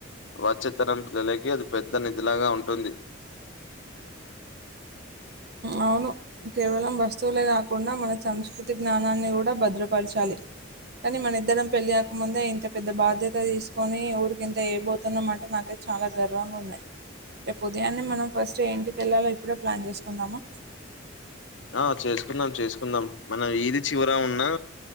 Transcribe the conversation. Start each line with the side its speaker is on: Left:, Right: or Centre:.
Left: వచ్చేతరం. పిల్లలకి అది పెద్ద నిధిలాగా ఉంటుంది.
Right: అవును కేవలం వస్తువులే కాకుండా మన. సంస్కృతి జ్ఞానాన్ని కూడా భద్రపరచాలి. కానీ మన ఇద్దరం పెళ్ళికాక ముందే ఇంత పెద్ద బాధ్యత తీసుకొని ఊరికి ఇంత చేయబోతున్నాంమంటే నాకైతే. చాలా గర్వంగా ఉన్నాయి రేపు ఉదయాన్నే మనం ఫస్ట్ ఏ ఇంటికి వెళ్ళాలో ఇప్పుడే ప్లాన్ చేసుకుందామా.
Left: ఆహ్ చేసుకుందాం చేసుకుందాం మన వీది చివర ఉన్నా.